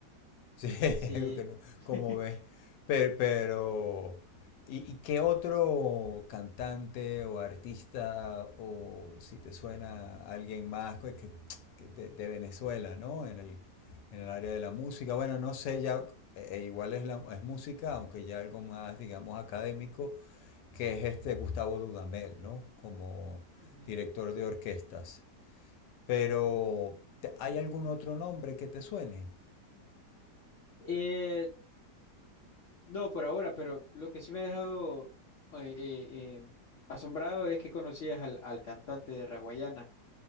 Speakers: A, on the left; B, on the left.
A: Sí,
B: Sí.
A: que no,
B: <laughs>
A: como ves. Pero, pero ¿y, y qué otro cantante o artista o si te suena alguien más que, que- que de, de Venezuela, ¿no? En el, en el área de la música. Bueno, no sé, ya eh, igual es, la, es música, aunque ya algo más, digamos, académico que es este Gustavo Dudamel, ¿no? Como
B: Ujú.
A: director de orquestas. Pero, ¿hay algún otro nombre que te suene?
B: Eh, no, por ahora, pero lo que sí me ha dejado eh, eh, eh, asombrado es que conocías al, al cantante de Raguayana.